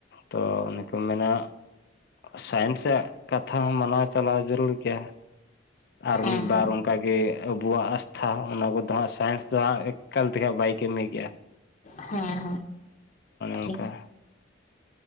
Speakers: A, on the left; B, on the left.
A: ᱛᱚ ᱚᱱᱮ ᱠᱚ ᱢᱮᱱᱟᱜ ᱥᱟᱭᱮᱱᱥ ᱨᱮᱭᱟᱜ ᱠᱟᱛᱷᱟ ᱢᱟᱱᱟᱣ ᱪᱟᱞᱟᱣ ᱡᱟᱹᱨᱩᱲ ᱜᱮᱭᱟ ᱾ ᱟᱨ
B: ᱦᱮᱸ
A: ᱢᱤᱫ ᱵᱟᱨ
B: ᱦᱮᱸ
A: ᱚᱱᱼᱼ ᱠᱟᱜᱮ ᱟᱵᱚᱣᱟᱜ ᱟᱥᱛᱷᱟ ᱚᱱᱟ ᱠᱚᱫᱚ ᱦᱟᱸᱜ ᱥᱟᱭᱮᱱᱥ ᱫᱚ ᱦᱟᱸᱜ ᱮᱠᱟᱞ ᱛᱮᱜᱮ ᱵᱟᱭ ᱠᱟᱹᱢᱤ ᱠᱮᱜ-ᱟ ᱾
B: ᱦᱮᱸ
A: ᱚᱱᱠᱟ
B: ᱦᱮᱸ